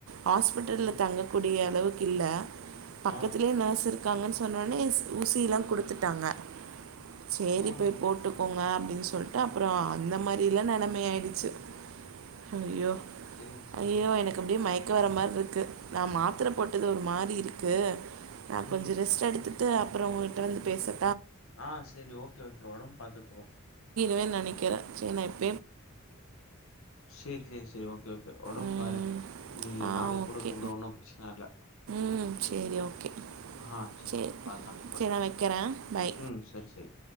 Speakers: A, on the right; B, on the left.
A: ஹாஸ்பிட்டல்ல
B: ஓ!
A: தங்கக்கூடிய அளவுக் இல்ல பக்கத்திலயே
B: ஆ
A: நர்ஸ் இருக்காங்கன்ஸ் சொன்னோனே ஊசி எல்லாம் குடுத்துட் டாங்க சேரி
B: ஆ
A: போய்
B: ஆ
A: போட்டுக்கோங்க அப்டின் சொல்ட்டு அப்புறோ அந்த மாரிலா நெலமை ஆயிடுச்சு ஐயோ
B: சேரி சேரி
A: ஐயையோ எனக்கு அப்டியே மயிக் மயக்க வர மாரி இருக்கு நா மாத்துர போட்டது ஒரு மாரி இருக்கு நா கொஞ்ச
B: ம்
A: ரெஸ்ட் எடுத்துட்டு அப்புறோ உங்ககிட்ட வந்து பேசுற
B: ஆ சேரி ஓகே ஓகே ஒடம்பு பாத்துக்கோ
A: வேன் நெனைக்கிற சேர் நா இப்
B: சேரி சேரி சேரி ஓகே ஓக் ஒடம்பு
A: ம்,
B: பாரு நீ
A: ஆ
B: நாளைக்
A: ஓகே
B: கூட கூப்டு ஒன்னு பிரச்சன இல்ல
A: ம் சேரி ஓகே
B: ஆ செர்
A: சரி
B: ஓகே பாரு நா கூப்புற்ற
A: சரி நான் வைக்கிறேன் பை
B: ம் செரி செரி